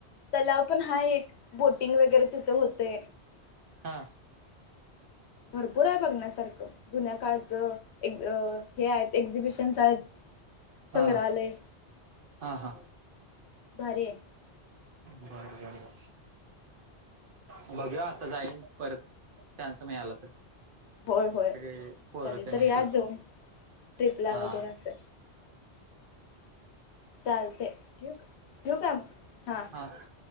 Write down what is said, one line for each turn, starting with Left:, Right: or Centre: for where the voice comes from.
Left: तलाव पण आहे एक बोटिंग वगैरे तिथ होतय
Right: हा
Left: भरपूर हाय बघण्यासारखं जुन्या काळचं हे आहेत एक्झिबिशन्स आहेत.
Right: हा
Left: संग्रहालय
Right: हा हा
Left: भारी आहे.
Right: बर बर बर बघूया आता जाईन परत चान्स मिळाला तर
Left: होय होय
Right: अे पोर
Left: कधीतरी
Right: तेनी
Left: या
Right: ब
Left: जाऊन ट्रिपला
Right: हा
Left: वगैरे असं चालते ठेवू काय हा
Right: हा